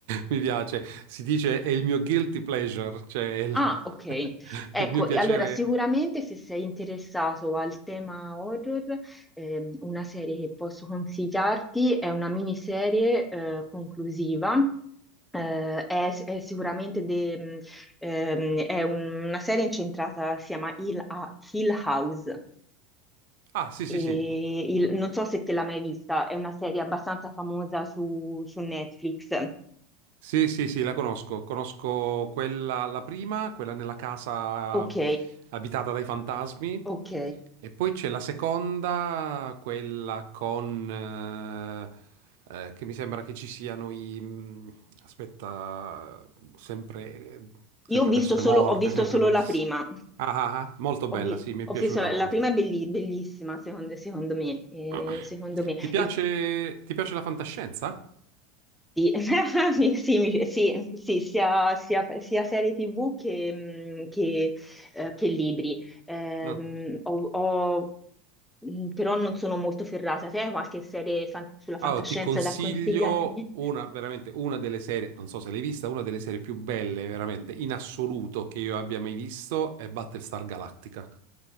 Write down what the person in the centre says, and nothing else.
Ah, ok.
Ecco,
e allora sicuramente se sei interessato al tema horror, ehm, una serie che posso consigliarti è una miniserie eh, conclusiva. Eh, è, è sicuramente de- mh, ehm, è un- una serie incentrata, si chiama Hill, Ha- Hill House.
E
il- non so se te l'hai mai vista, è una serie abbastanza famosa su, su Netflix.
Ok,
ok.
Io ho visto
solo,
ho visto
solo
la prima.
Ho,
vi-
ho
visto la
la prima è belli- bellissima, secondo, secondo me. eh,
secondo me.
E-
sì, <laughs> mi- sì, mi- sì, sì, sia, sia- sia serie TV che, mh, che, eh, che libri. Ehm,
ho- ho- mh, però non sono molto ferrata. Te hai qualche serie fan- sulla fantascienza
da consigliarmi?